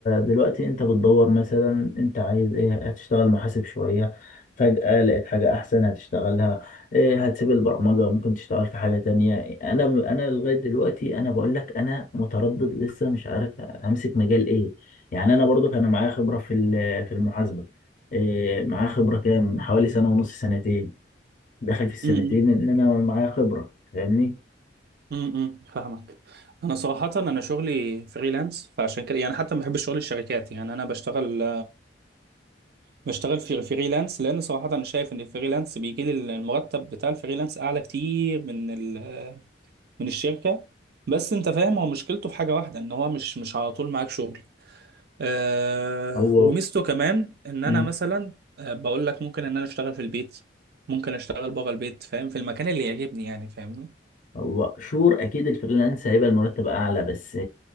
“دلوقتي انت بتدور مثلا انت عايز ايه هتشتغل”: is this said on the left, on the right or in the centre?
Left